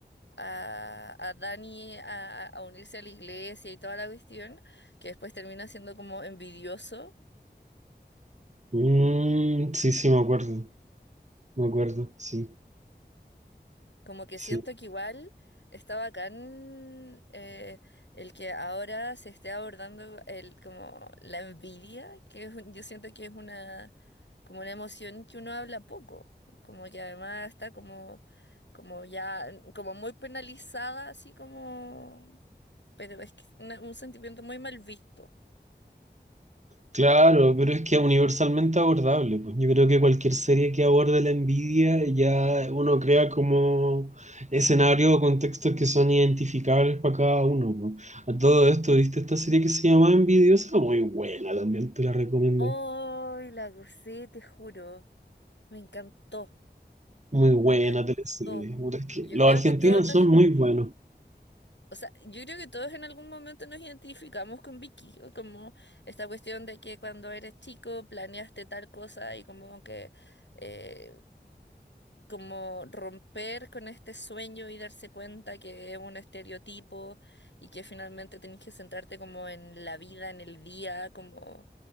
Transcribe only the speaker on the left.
a, a Dani a, a- a unirse a la iglesia y toda la cuestión, que después termina siendo como envidioso,
como que
siento que igual está bacán eh, el que ahora se esté abordando el, como la envidia, que es un- yo siento que es una, como una emoción que uno habla poco, como que además está como, como ya, como muy penalizada, así como... Pero es que es una- un sentimiento muy mal visto.
Hoy la gocé, te juro. Me encantó,
me encantó.
Yo
creo
que todos nos,
inte-
o sea, yo creo que todos en algún momento nos identificamos con Vicky, o como esta cuestión de que cuando eres chico planeaste tal cosa y como que eh, como romper con este sueño y darse cuenta que es un estereotipo y que finalmente tenés que centrarte como en la vida, en el día, como,